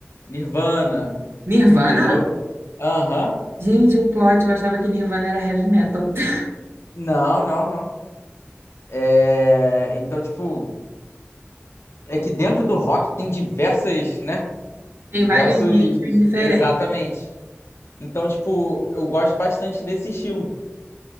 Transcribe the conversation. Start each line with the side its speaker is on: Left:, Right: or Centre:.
Left: Nirvana,
Right: Nirvana?
Left: entendeu? Aham.
Right: Gente, o plot, eu achava que Nirvana era heavy metal. <laughs>
Left: Não, não, não. É, então, tipo, é que dentro do rock tem diversas, né?
Right: Tem
Left: Diversos.
Right: vários nichos diferentes.
Left: Exatamente. Então, tipo, eu gosto bastante desse estilo.